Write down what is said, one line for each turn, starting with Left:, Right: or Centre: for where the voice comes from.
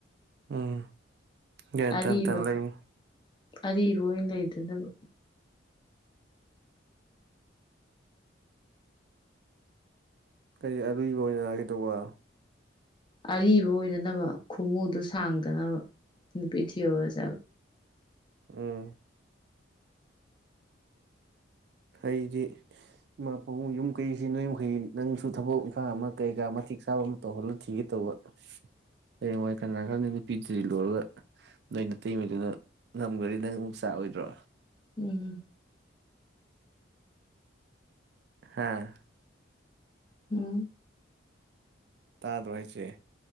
Right: ꯎꯝ ꯒꯌꯥꯟ
Left: ꯑꯔꯤꯕ
Right: ꯇꯥꯟ ꯇꯥꯟ ꯂꯩꯔꯝꯃꯨ
Left: ꯑꯔꯤꯕ ꯑꯣꯏꯅ ꯂꯩꯗꯅꯕ
Right: ꯀꯔꯤ ꯑꯔꯤꯕ ꯑꯣꯏꯅ ꯀꯩꯗꯧꯕ
Left: ꯑꯔꯤꯕ ꯑꯣꯏꯗꯅꯕ ꯈꯨꯃꯨꯗꯨꯣ ꯁꯥꯡꯗꯅꯕ ꯅꯨꯄꯤ ꯊꯤꯍꯧꯔꯁꯦ ꯍꯥꯏꯕ
Right: ꯎꯝ ꯑꯩꯗꯤ ꯏꯃꯥ ꯄꯥꯕꯨꯡ ꯌꯨꯝ ꯀꯩꯁꯤ ꯅꯣꯏꯃ ꯅꯪꯁꯨ ꯊꯕꯛ ꯏꯪꯈꯥꯡ ꯑꯃ ꯀꯩꯀꯥ ꯃꯇꯤꯛ ꯆꯥꯕ ꯑꯃ ꯇꯧꯍꯜꯂ ꯊꯤꯒꯦ ꯇꯧꯕ ꯍꯌꯦꯡꯋꯥꯏ ꯀꯅꯥ ꯈꯪꯅꯤ ꯅꯨꯄꯤꯊꯤꯔꯨꯔꯒ ꯅꯣꯏ ꯅꯇꯩꯃꯗꯨꯅ ꯉꯝꯈꯔ ꯅꯪ ꯆꯥꯛꯑꯣꯏꯗꯔꯣ
Left: ꯎꯝ
Right: ꯍꯥꯥ
Left: ꯎꯝ
Right: ꯇꯥꯗ꯭ꯔꯣ ꯍꯥꯏꯁꯦ